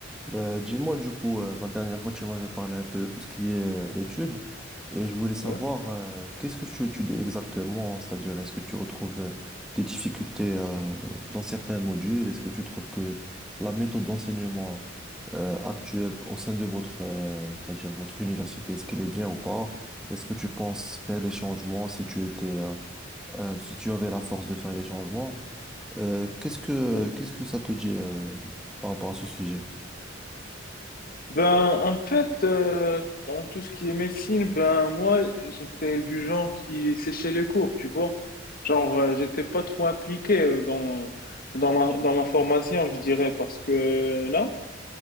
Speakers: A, in the centre; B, on the left (about 50°).
A: Bah, dis-moi du coup, euh, la dernière fois tu m'avais parlé un peu de tout ce qui est euh, études et je voulais savoir
B: Ouais,
A: euh, qu'est-ce que tu étudies exactement, c'est-à-dire est-ce que tu retrouves euh, des difficultés euh, dans certains modules, est-ce que tu trouves que la méthode d'enseignement euh, actuelle au sein de votre, euh, c'est-à-dire votre université, est-ce qu'elle est bien ou pas? Est-ce que tu penses faire des changements si tu étais, euh, euh, si tu avais la force de faire des changements? Euh, qu'est-ce que,
B: ouais.
A: qu'est-ce que ça te dit euh, par rapport à ce sujet?
B: Ben, en fait, euh, dans tout ce qui est médecine, ben, moi, j'étais du genre qui séchait les cours, tu vois. Genre, euh, j'étais pas trop impliqué euh, dans, dans ma, dans ma formation, je dirais, parce que là,